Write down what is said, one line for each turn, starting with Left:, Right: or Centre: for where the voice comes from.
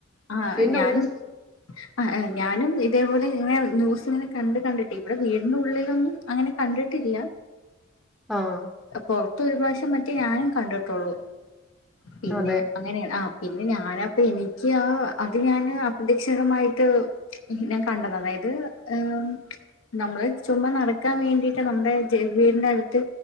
Left: ആഹ്
Centre: വീടിന്റെ
Left: ഞാനും
Centre: ഉള്ളിൽ
Left: അഹെ ഞാനുംഇതേപലെങ്ങനെ ന്യൂസ് ഇങ്ങനെ കണ്ട്കണ്ടിട്ടെയ് ഇവ്ടെ വീട്ന്റെഉള്ളിലൊന്നുംഅങ്ങനെ കണ്ട്ട്ടില്ല
Centre: ആഹ്
Left: പൊറ്ത്തൊരു പ്രാവശ്യംമറ്റേ ഞാനുംകണ്ട്ട്ടൊള്ളൂ പിന്നെ
Centre: അതെ
Left: അങ്ങനെണ് ആ പിന്നെഞാനപ്പ എനിക്ക്ആ അത്ഞാന് അപ്രതീക്ഷിതകമായിട്ട് ഞാൻകണ്ടത്അതയത് ഏഹ് നമ്മള് ചുമ്മാനടക്കാൻവേണ്ടിട്ട് നമ്മുടെ <unintelligible> അകത്ത്